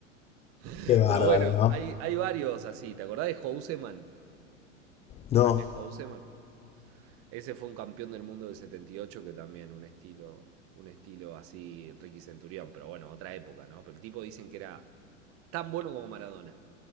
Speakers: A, on the right; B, on the left.
A: <laughs>
B: Qué bárbaro,
A: Pero bueno,
B: ¿no?
A: hay, hay varios así, ¿te acordás de Houseman?
B: No.
A: René Houseman. Ese fue un campeón del mundo del 78 que también un estilo, un estilo así Ricky Centurión, pero bueno, otra época, ¿no? Pero el tipo dicen que era tan bueno como Maradona.